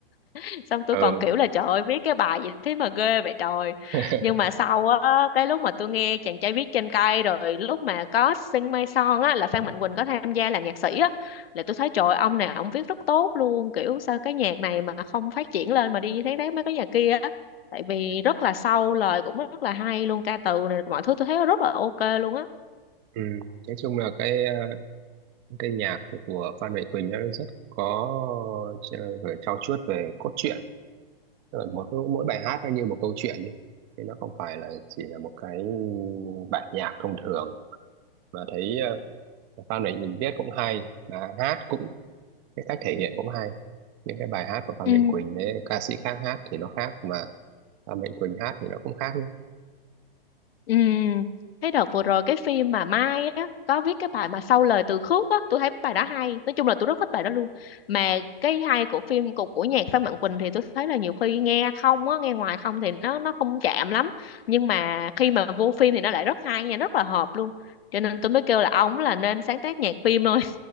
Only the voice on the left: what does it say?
<laughs> xong tôi
còn kiểu là trời ơi viết cái bài gì thế mà ghê vậy trời
nhưng mà sau á cái lúc mà tôi nghe chàng trai viết trên cây rồi lúc mà có Sing Mai Son á là Phan Mạnh Quỳnh có tham gia làm nhạc sĩ á là tôi thấy trời ơi, ông này ông viết rất tốt luôn kiểu sao cái nhạc này mà không phát triển lên mà đi như thế đấy mấy cái nhạc kia á tại vì rất là sâu lời cũng rất là hay luôn ca từ này mọi thứ tôi thấy rất là ok luôn á
Ừ,
ừ. Thấy đợt vừa rồi cái phim mà Mai á có viết cái bài mà sau lời từ khước á, tôi thấy bài đó hay. Nói chung là tôi rất thích bài đó luôn. Mà cái hay của phim của của nhạc Phan Mạnh Quỳnh thì tôi thấy là nhiều khi nghe không á, nghe ngoài không thì nó nó không chạm lắm. Nhưng mà khi mà vô phim thì nó lại rất hay nha, rất là hợp luôn. Cho nên tôi mới kêu là ông là nên sáng tác nhạc phim thôi